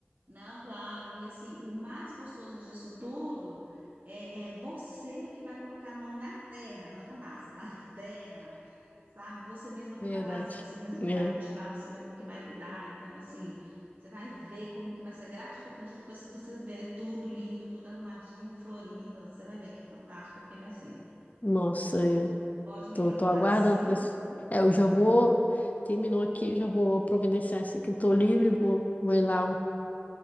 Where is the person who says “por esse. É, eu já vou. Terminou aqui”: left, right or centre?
Left